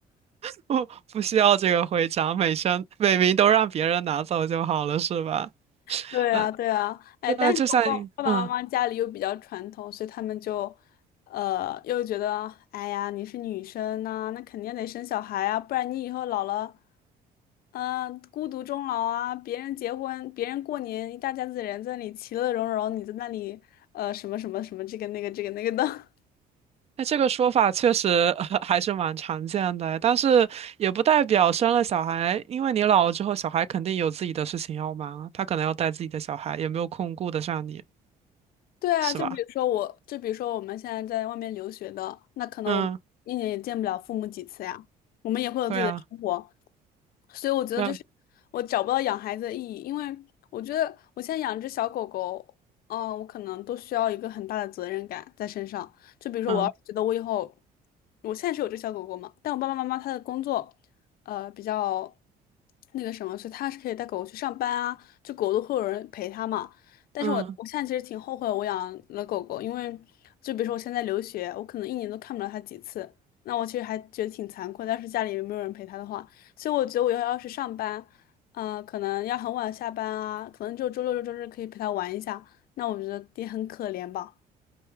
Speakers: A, on the right; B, on the left.
A: <laughs> 不不需要这个徽章，每生每名都让别人拿走就好了，是吧？
B: 对啊，
A: 嗯，
B: 对啊，哎，
A: 对啊，
B: 但是我爸爸爸妈妈家里又比较传统，
A: 就像嗯，
B: 所以他们就，呃，又觉得，哎呀，你是女生呐、那肯定得生小孩啊，不然你以后老了，嗯、孤独终老啊，别人结婚，别人过年，一大家子人在那里其乐融融，你在那里，呃，什么什么什么这个那个这个那个的，
A: 那这个说法确实 <laughs> 呃还是蛮常见的，但是也不代表生了小孩，因为你老了之后，小孩肯定有自己的事情要忙啊，他可能要带自己的小孩，也没有空顾得上你，
B: 对啊，
A: 是吧？
B: 就比如说我，就比如说我们现在在外面留学的，那可能我们一年也见不了父母几次呀，
A: 嗯，
B: 我们也会有自己的生活，
A: 对啊，
B: 所以我觉得就是我找不到养孩子的意义，
A: 对，
B: 因为我觉得我现在养只小狗狗，嗯、我可能都需要一个很大的责任感在身上。就比如说，
A: 嗯
B: 我要是觉得我以后，我现在是有只小狗狗嘛，但我爸爸妈妈他的工作，呃，比较那个什么，所以他是可以带狗狗去上班啊，就狗都会有人陪他嘛。但是我我现在其实挺后悔我养了狗狗，
A: 嗯。
B: 因为就比如说我现在留学，我可能一年都看不了它几次，那我其实还觉得挺残酷的。要是家里没有人陪它的话，所以我觉得我要要是上班，嗯、可能要很晚下班啊，可能就周六周周日可以陪它玩一下，那我觉得也很可怜吧。